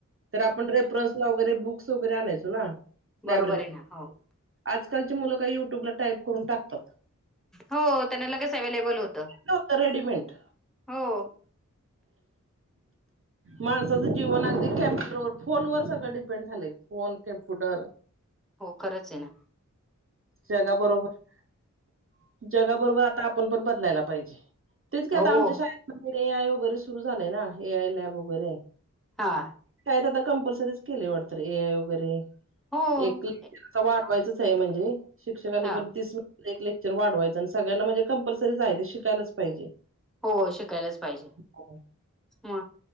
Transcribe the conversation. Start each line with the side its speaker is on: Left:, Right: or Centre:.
Right: तर आपण रेफरन्सला वगैरे बुक -क्स वैगेरे अणायचो ना?
Centre: बरोबर
Right: लायब्ररीत
Centre: आहे ना हो.
Right: आजकालची मुलं काय युट्यूबला टाईप करून टाकतात
Centre: हो त्यांना लगेच अवेलेबल होत.
Right: लोतं रेडीमेंट
Centre: हो. <inaudible>
Right: माणसाचं जीवन अगदी कम्प्युटरवर फोनवर सगळं डिपेंड झालंय फोन कॅम्प्युटर
Centre: हो खरंच आहे ना.
Right: जगाबरोबर जगाबरोबर आता आपण पण बदलायला पाहिजे तेच का आता
Centre: हो
Right: आमच्या शाळेतमध्येर ए आय वगैरे सुरु झालंय ना ए आय लॅब वगैरे
Centre: हां
Right: काय तर आता कंपल्सरीच केले वाटत ए आय वगैरे
Centre: हो
Right: एक ता वाटवायचंच आहे म्हणजे शिक्षकाने
Centre: हा
Right: पण तीस एक लेक्चर वाढवायचं आणि सगळ्यांना म्हणजे कंपल्सरी जा आहेये शिकायलाच पाहिजे
Centre: हो शिकायलाच पाहिजे
Right: लहान
Centre: हा